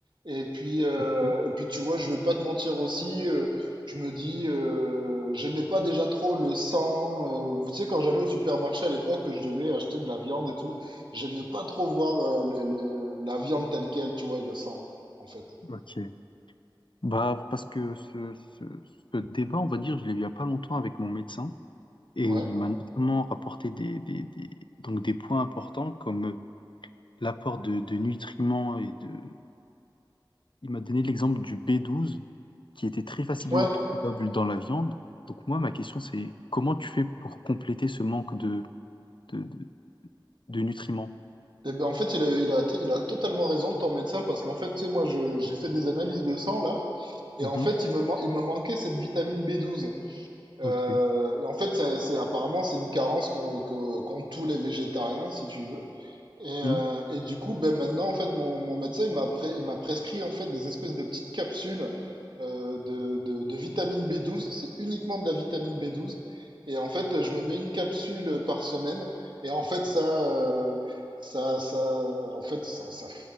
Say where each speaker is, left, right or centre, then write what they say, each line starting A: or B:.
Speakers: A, on the right; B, on the left.
A: et puis, euh,
B: Ok,
A: et puis tu vois, je vais pas te mentir aussi, euh, je me dis, euh, j'aimais pas déjà trop le sang. euh, vous savez, quand j'allais au supermarché à l'époque, que je devais acheter de la viande et tout, j'aimais pas trop voir euh, les- les- la viande telle quelle, tu vois, et le sang, en fait.
B: ok. Bah, parce que ce, ce, ce débat, on va dire, je l'ai eu il y a pas longtemps avec mon médecin et
A: Ouais.
B: il m'a notamment rapporté des, des, des- donc des points importants comme l'apport de, de nutriments et de, Il m'a donné l'exemple du B12 qui était très facilement
A: Ouais.
B: trouvable dans la viande. Donc moi, ma question, c'est comment tu fais pour compléter ce manque de, de, de- de nutriments?
A: Et ben en fait, il a, il a, il a totalement raison, ton médecin, parce qu'en fait, tu sais, moi, je, j'ai fait des analyses de sang là, et
B: Mhm.
A: en fait, il me, man- il me manquait cette vitamine B12. Euh,
B: Ok.
A: et en fait, c'est c'est- apparemment, c'est une carence qu'ont que- qu'ont tous les végétariens, si tu veux. Et,
B: Mhm.
A: euh, et du coup, ben maintenant, en fait, mon, mon médecin, il m'a pré- il m'a prescrit en fait des espèces de petites capsules euh, de, de, de vitamine B12. C'est uniquement de la vitamine B12. Et en fait, je me mets une capsule par semaine. Et en fait, ça, euh, ça, ça, en fait, ça, ça,